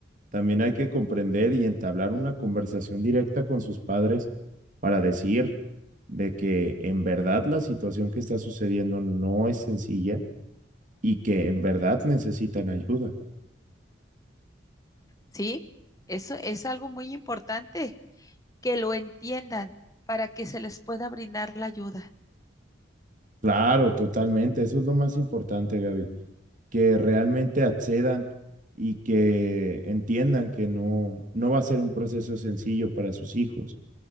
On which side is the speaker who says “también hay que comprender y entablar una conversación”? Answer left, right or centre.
Right